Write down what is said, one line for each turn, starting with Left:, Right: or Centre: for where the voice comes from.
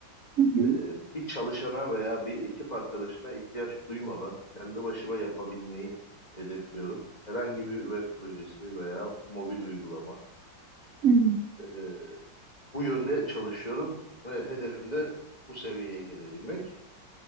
Right: hı hı,
Left: Ee, bir çalışana veya bir ekip arkadaşına ihtiyaç duymadan kendi başıma yapabilmeyi hedefliyorum. Herhangi bir web projesi veya mobil uygulama.
Right: hı hı.
Left: Ee, bu yönde çalışıyorum ve hedefim de bu seviyeye gelebilmek.